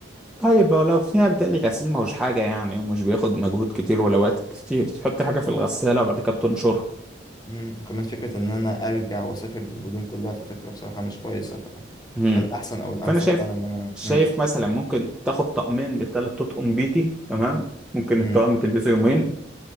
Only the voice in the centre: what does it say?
طيب لو فيها بتقلي غسيل ما هوش حاجة يعني ومش بياخد مجهود كتير ولا وقت كتير تحط حاجة في الغسالة وبعد كده بتنشرها
مم.
فأنا شايف
شايف
مثلا ممكن تاخد طقمين للتلات تطقم بيتي تمام ممكن
الطقم تلبسه يومين